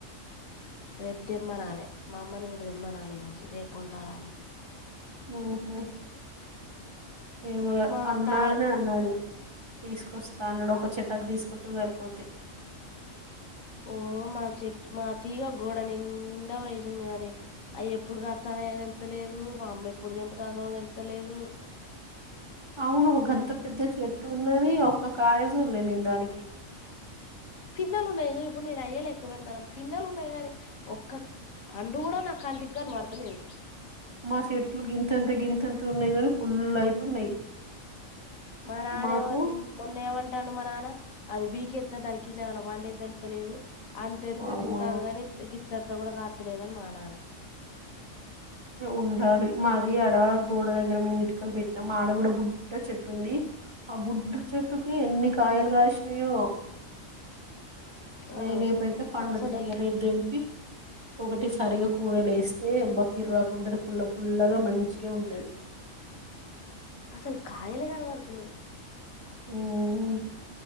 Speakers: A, on the left; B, on the right.
A: రేపు తెమ్మనాలి మా అమ్మను కూడా తెమ్మనాలి ఈ రోజు రేపు ఉండడానికి
B: హ్మ్ హ్మ్ నేను
A: మా
B: అన్నానే
A: కా
B: అన్నాడు తీసుకొస్తా అన్నాడు ఒక చెటక్ తీసుకొస్త సరిపోత
A: ఓ మా చెట్టు మా అ తీగా గోడ నిండా వేసింది కాగాని అయ ఎప్పుడు తాన ఏదోళ్తలేదు మా అమ్మ ఎప్పుడు దింపుత అని వెళ్తలేదు
B: అవును ఒక అంత పెద్ద చెట్టు ఉన్నది ఒక కాయజూలే నే దానికి
A: పిన్నలు ఉన్నాయి ఇప్పుడు నేను అయ్య్యా ఎెక్క పెడతాను పిన్నలు ఉన్నాయి కానీ ఒక్క పండు కూడా నాకు కంటికిగాని పడతలేదు
B: మాస ఎట్లు గింతంత గింతంత తున్నాయ్ కానీ ఫుల్ అయితున్నాయి
A: మా నానే
B: మాకు
A: ఏమ ని మొన్న ఏమంటాను మ నాన్న అది వీకెస్త దాని కింద ఏమనా వండ ఇద్దలుతలేదు అంతే
B: వామ్మో
A: తెగుతానుగాని తెత్త కూడా కాత్తలేదని మా నాన్న
B: ఉండాలి మాది ఆడ గోడ దగ్గర మేము ఇటుకలు పెట్టినాం ఆడ కూడాడ బుడ్డ చెట్టు ఉంది ఆ బుడ్డ చెట్టుకి ఎన్ని కాయలు కాల్సినాయో
A: ఆ
B: అవి రేపు అయితే పండుతాయి
A: అసలు
B: ఇక రేపు దేంపి ఒకటి సరీగాకు కూరలో లేస్తే బ కిరాక్కుంటది పుల్ల ఫుల్లగా మంచిగా ఉంటది
A: అసలు కాయలు కనపర్తలేవు
B: హ్మ్